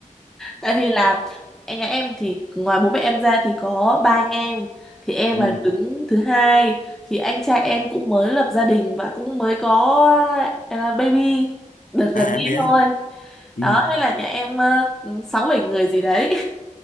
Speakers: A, in the centre; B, on the left (about 80°).
A: tại vì là em nhà em thì ngoài bố mẹ em ra thì có ba anh em thì em
B: ừ
A: là đứng thứ hai thì anh trai em cũng mới lập gia đình và cũng mới có ờ, baby đợt gần
B: à
A: đây
B: em bé
A: thôi
B: ừ
A: đó nên là nhà em ờ, sáu bảy người gì đấy